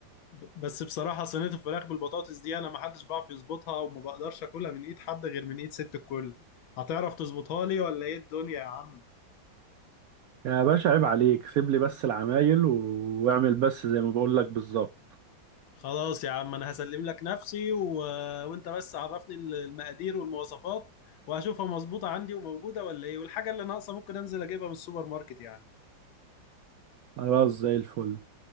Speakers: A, on the left; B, on the right.
A: ب- بس بصراحه صينيه الفراخ بالبطاطس دي انا ما حدش بعرف يظبطها وما بقدرش اكلها من ايد حد غير من ايد ست الكل هتعرف تظبطها لي ولا ايه الدنيا يا عم
B: يا باشا عيب عليك سيب لي بس العمايل و- واعمل بس زي ما بقول لك بالظبط
A: خلاص يا عم انا هسلم لك نفسي و... وانت بس عرفني المقادير والمواصفات وهشوفها مظبوطة عندي وموجودة ولا ايه والحاجة اللي ناقصة ممكن انزل اجيبها من السوبر ماركت يعني
B: خلاص زي الفل